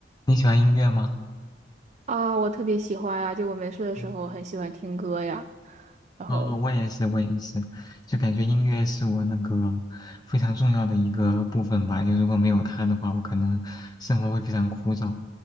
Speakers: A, on the left (about 20°); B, on the right (about 35°).
A: 你喜欢音乐吗？
B: 啊，我特别喜欢呀，就我没事的时候很喜欢听歌呀。
A: 嗯，
B: 然后
A: 哦，我也是，我也是，就感觉音乐是我那个非常重要的一个部分吧。就如果没有它的话，我可能生活会非常枯燥。